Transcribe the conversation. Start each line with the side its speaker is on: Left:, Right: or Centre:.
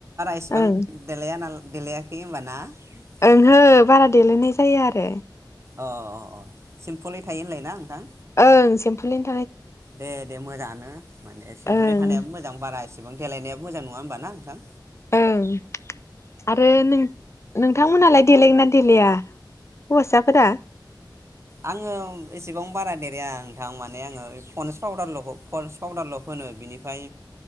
Right: इसेबां
Left: ओं
Right: देलाया नालाय देलायाखै होनबानाक्ष
Left: ओंहो बारा देलायनाय जायो आरो
Right: अ अ अ सिमपोलै थायो होनलाय ना नोंथां
Left: ओं सिम्पलैनो
Right: दे दे मोजाङानो माने सिम्पोललि
Left: ओं
Right: थानायाबो मोजां बारा इसेबां देलायनायाबो मोजां नङा होमबा ना थां
Left: ओं आरो नोंथांमोनालाय देलायगोना देलेया हौवासाफोरा
Right: आङो एसेबां बारा देराया नोंथां माने आङो फनस पावउदारल' फन्स पाउदारल' फोनो बिनिफ्राय